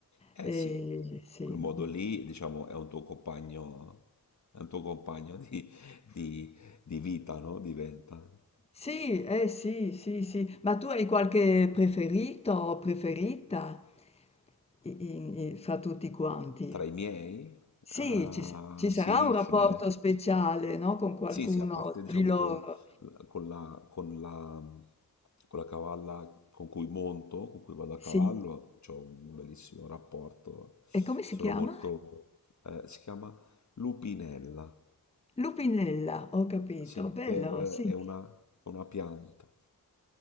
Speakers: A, on the left (about 50°); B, on the left (about 15°).
A: Eh
B: E,
A: sì,
B: sì.
A: quel modo
B: mm.
A: lì, diciamo, è un tuo compagno, è un tuo compagno di, di- di vita, no? Diventa.
B: Sì, eh sì, sì, sì, ma tu hai qualche preferito o preferita i- in- in- fra tutti quanti?
A: Tra i miei?
B: Sì,
A: Ah,
B: ci, s- ci
A: sì,
B: sarà un rapporto
A: ce n'è.
B: speciale, no? Con qualcuno
A: Sì, sì, a parte diciamo
B: di loro.
A: con, con la, con la- con la cavalla con cui monto, con cui vado a
B: Sì,
A: cavallo, ho un bellissimo rapporto.
B: e come si
A: Sono
B: chiama?
A: molto... eh, si chiama lupinella,
B: Lupinella, ho capito,
A: sì,
B: bello,
A: che
B: sì.
A: eh, è una, è una pianta.